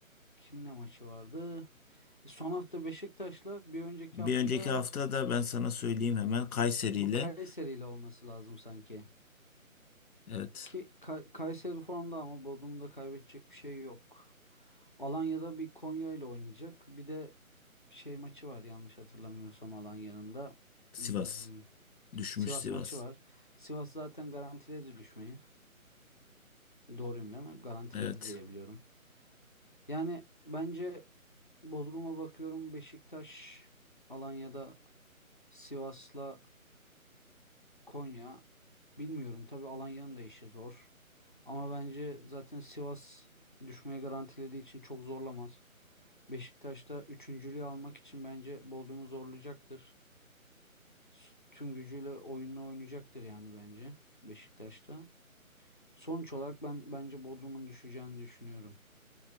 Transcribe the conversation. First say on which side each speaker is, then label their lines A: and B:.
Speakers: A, on the left (about 40°); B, on the left (about 85°).
A: kimle maçı vardı? Son hafta Beşiktaş'la bir önceki
B: Bir
A: haftada
B: önceki hafta da ben sana söyleyeyim hemen Kayseri
A: bu
B: ile
A: Kayseri'yle olması lazım sanki.
B: evet
A: Ki Ka- Kayseri formda ama Bodrum'da kaybedecek bir şey yok. Alanya'da bir Konya ile oynayacak. Bir de şey maçı var yanlış hatırlamıyorsam Alanya'nın da.
B: Sivas
A: Hmm,
B: düşmüş
A: Sivas
B: Sivas.
A: maçı var. Sivas zaten garantiledi düşmeyi. Doğruyum değil mi? Garantiledi
B: Evet.
A: diye biliyorum. Yani bence Bodrum'a bakıyorum Beşiktaş, Alanya'da Sivas'la Konya bilmiyorum tabii Alanya'nın da işi zor. Ama bence zaten Sivas düşmeye garantilediği için çok zorlamaz. Beşiktaş'ta üçüncülüğü almak için bence Bodrum'u zorlayacaktır. S- Tüm gücüyle oyununu oynayacaktır yani bence Beşiktaş'ta. Sonuç olarak ben bence Bodrum'un düşeceğini düşünüyorum.